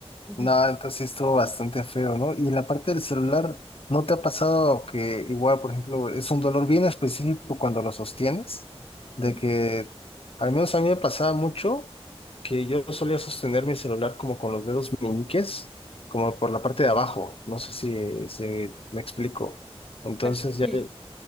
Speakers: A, in the centre; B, on the left.
A: Ujú,
B: No, entonces sí estuvo bastante feo, ¿no? Y en la parte del celular, ¿no te ha pasado que igual, por ejemplo, es un dolor bien específico cuando lo sostienes? De
A: ujú.
B: que, al menos a mí me pasaba mucho que yo solía sostener mi celular como con los dedos meñiques, como por la parte de abajo, no sé si, si me explico. Entonces
A: Te-
B: ya,
A: Sí,